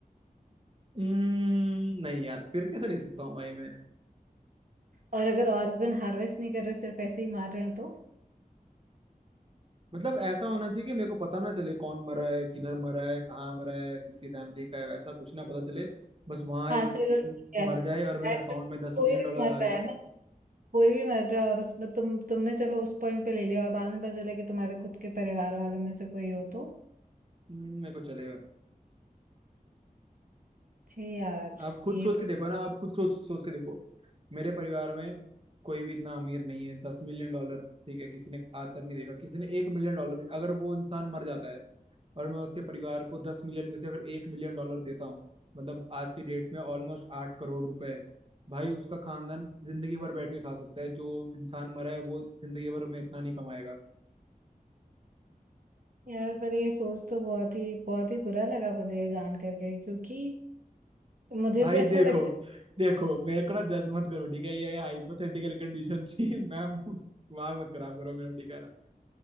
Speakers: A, on the right (about 40°); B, on the right (about 65°).
A: हम्म, नहीं यार फिर कैसे ले सकता हूँ भाई मैं
B: और अगर ऑर्गन हार्वेस्ट नहीं कर रहे सिर्फ ऐसे ही मार रहे हैं तो
A: मतलब ऐसा होना चाहिए कि मेरे को पता ना चले कौन मरा है किधर मरा है कहाँ मरा है किसकी फैमिली का है ऐसा कुछ ना पता चले बस वहाँ
B: हाँ
A: एक
B: चलो ठीक
A: म-
B: है
A: मर जाए और मेरे
B: ऐसे
A: अकाउंट
B: कोई
A: में दस मिलियन
B: भी
A: डॉलर
B: मर
A: आ जाए
B: रहा है ना
A: बस
B: कोई भी मर रहा है और उसमें तुम तुमने चलो उस पॉइंट पे ले लिया और बाद में पता चला कि तुम्हारे खुद के परिवार वालों में से कोई हो तो
A: हम्म, मेरे को चलेगा
B: थे यार
A: आप खुद
B: ये
A: सोच के
B: तो
A: देखो ना आप खुद सोच सोच के देखो मेरे परिवार में कोई भी इतना अमीर नहीं है दस मिलियन डॉलर ठीक है किसी ने आज तक नहीं देखा किसी ने एक मिलियन डॉलर में अगर वो इंसान मर जाता है और मैं उसके परिवार को दस मिलियन में से अगर एक मिलियन डॉलर देता हूँ मतलब आज की डेट में ऑलमोस्ट आठ करोड़ रुपए है भाई उसका खानदान जिंदगी भर बैठ के खा सकता है जो इंसान मरा है वो जिंदगी भर में इतना नहीं कमाएगा
B: यार पर ये सोच तो बहुत ही बहुत ही बुरा लगा मुझे ये जान करके क्योंकि मुझे
A: भाई
B: तो ऐसा
A: देखो
B: लगता है
A: देखो मेरे को ना जज मत करो ठीक है ये हाइपोथेटिकल कंडीशन थी <laughs> मैम दिमाग मत खराब करो मेरा ठीक है ना